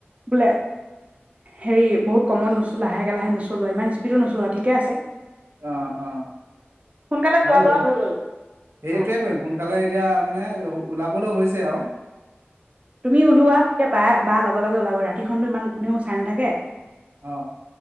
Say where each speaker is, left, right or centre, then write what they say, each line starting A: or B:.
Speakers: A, on the right; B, on the right.
A: বোলে হেৰি বহুত কমত নচলোৱা লাহে লাহে নচলোৱা ইমান স্পীডো নচলোৱা ঠিকে আছে
B: অ অ
A: সোনকালে
B: হয়
A: যোৱা
B: বাৰু
A: কৰা হৈ গ'ল
B: সেইটোৱে
A: অঁ
B: কৰিম সোনকালে এতিয়া মানে ওলাবলৈ হৈছে আও
A: তুমি ওলোৱাা তেতিয়া বা লগে লগে ওলাব ৰাতিখনো ইমান কোনেও চাই নাথাকে
B: অ